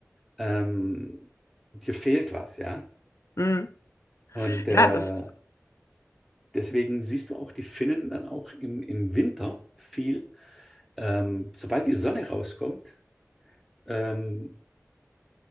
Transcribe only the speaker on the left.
mm.
Ja, das.